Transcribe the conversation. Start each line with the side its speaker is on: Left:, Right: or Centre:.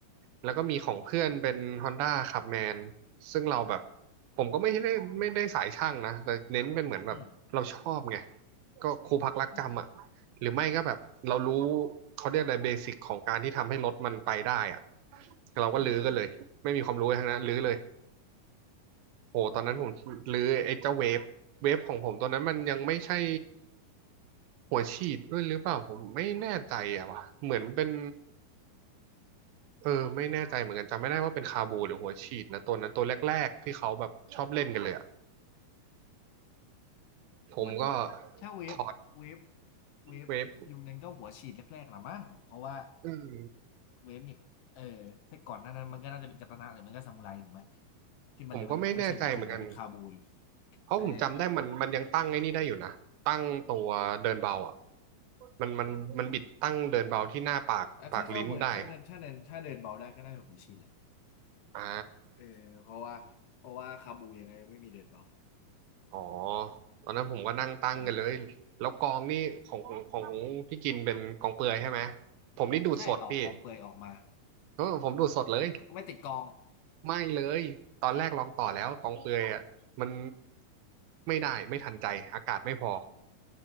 Right: แล้วก็มีของเพื่อนเป็น Honda ขับแมนซึ่งเราแบบผมก็ไม่ได้ไม่ได้สายช่างนะแต่เน้นเป็นเหมือนแบบเราชอบไง
Left: <laughs> อืม
Right: ก็ครูพักรักจำอ่ะ
Left: อืม
Right: หรือไม่ก็แบบเรารู้เขาเรียกอะไรเบสิกของการที่ทำให้รถมันไปได้อ่ะเราก็ลื้อกันเลยไม่มีความรู้อะไรทั้งนั้นลื้อเลย
Left: อืมอืม
Right: โอ้ตอนนั้นผมหรือไอ้เจ้าเวฟเวฟของผมตอนนั้นมันยังไม่ใช่หัวฉีดด้วยหรือเปล่าผมไม่แน่ใจอะว่ะเหมือนเป็นเออไม่แน่ใจเหมือนกันจำไม่ได้ว่าเป็นคาบูหรือหัวฉีดนะตัวนั้นตัวแรกๆที่เขาแบบชอบเล่นกันเลยอะผมก็
Left: มันถ้าเวฟเวฟ
Right: ถอด
Left: เวฟยุคนั้นก็หัวฉีดแรกๆละมั้งเพราะว่า
Right: เวฟอืม
Left: เวฟนี่เออถ้าก่อนหน้านั้นมันก็น่าจะเป็นกัตนะหรือมันก็ซามูไรถูกไหมที่มันจะไม่ยังไม่ใช่หัวฉีดยังเป็นคาบูอยู่
Right: ผมก็ไม่แน่ใจเหมือนกันเพราะผมจำได้มันมันยังตั้งไอ้นี่ได้อยู่นะตั้งตัวเดินเบาอ่ะ
Left: เออ
Right: มันมันมันบิดตั้งเดินเบาที่หน้าปากปากลิ้นได้
Left: แล้วถ้าถ้าเวิร์ดถ้าเดินถ้าเดินถ้าเดินเบาได้ก็น่าจะหัวฉีดแหละ
Right: อ่า
Left: เออเพราะว่าเพราะว่าคาบูยังไงก็ไม่มีเดินเบา
Right: อ๋อตอนนั้นผมก็นั่งตั้งกันเลยแล้วกองนี่ของของพี่กินเป็นกองเปลือยใช่ไหม
Left: ใช่
Right: ผมนี่ดูดสดพี่
Left: ใช่ต่อกองเปลือยออกมา
Right: เออผมดูดสดเลย
Left: ก็ไม่ติดกอง
Right: ไม่เลยตอนแรกลองต่อแล้วกองเปลือยอ่ะมันไม่ได้ไม่ทันใจอากาศไม่พอ